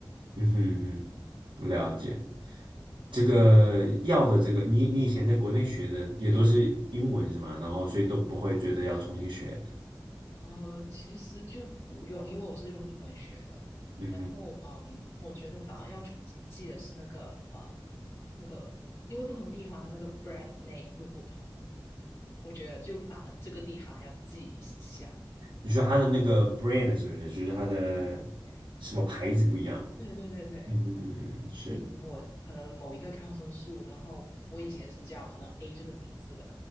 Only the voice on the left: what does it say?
呃，其实就不用，因为我是用英文学的。
然后，嗯，我觉得反而要重新记的是那个，呃，那个，因为不同地方它那个 brand name 会不同，我觉得就反而这个地方要记一下。
对，对对对对，
就以前我可能某一个抗生素，然后我以前是叫可能 A 这个名字的，